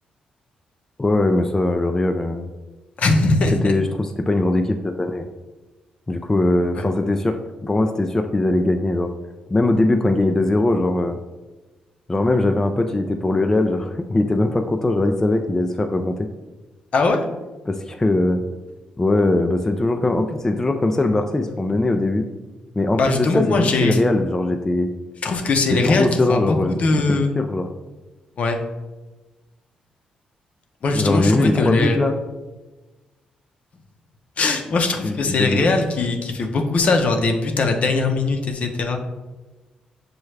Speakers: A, on the left; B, on the left.
A: Ouais, mais ça, le Real, euh,
B: <laughs>
A: c'était, je trouve, que c'était pas une grande équipe cette année. Du coup, euh, enfin,
B: Ouais.
A: c'était sûr, que- pour moi, c'était sûr qu'ils allaient gagner, genre. Même au début, quand ils gagnaient 2 zéro genre, euh, Genre même j'avais un pote, il était pour le Real, genre <laughs> il était même pas content, genre il savait qu'il allait se faire remonter.
B: Ah ouais?
A: Parce que euh, ouais, ouais, bah c'est toujours comme. En plus c'est toujours comme ça le Barça, ils se font mener au début. Mais en
B: Bah,
A: plus
B: justement,
A: de ça, c'est-
B: moi,
A: vu
B: j'ai
A: que c'est le Real, genre j'étais
B: Je trouve que c'est
A: j'étais
B: les
A: trop
B: Real
A: serein,
B: qui font beaucoup
A: genre
B: de.
A: j'étais sûr, genre.
B: Ouais. Moi, justement,
A: Genre j'ai
B: je trouvais
A: vu les
B: que
A: trois
B: les.
A: buts là.
B: <laughs> Moi, je trouve
A: Tu
B: que c'est
A: t'as dit
B: le Real
A: quoi?
B: qui, qui fait beaucoup ça, genre des buts à la dernière minute, etc.